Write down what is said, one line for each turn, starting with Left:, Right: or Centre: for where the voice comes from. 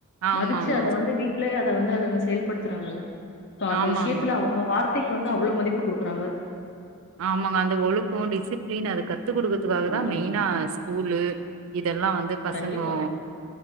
Right: ஆமாங்கோ
Left: மதிச்சு அத வந்து வீடலயே அத வந்து அதுங்க செயல்படுத்துறாங்கல்ல ப்போ அந்த
Right: ஆமாங்கோ
Left: விஷயத்துல அவங்க வார்த்தைக்கு வந்து அவ்ளோ மதிப்பு குடுக்குறாங்க
Right: ஆமாங்க அந்த ஒழுக்கோ டிசிப்ளின் அது கத்து குடுக்கறதுக்காக
Left: ஆ
Right: தா மெய்னா ஸ்கூலு இதெல்லா வந்து பசங்கொ
Left: கண்டிப்பா கண்டிப்பா.